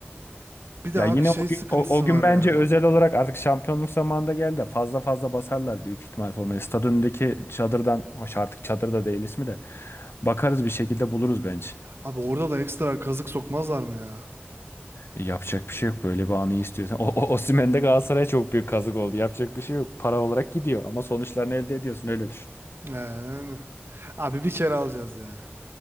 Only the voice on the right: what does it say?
Bir de
abi
şey
sıkıntısı
var
ya.
Abi orada da ekstra kazık sokmazlar mı ya?
Ee, Yani. Abi bir kere alacağız ya.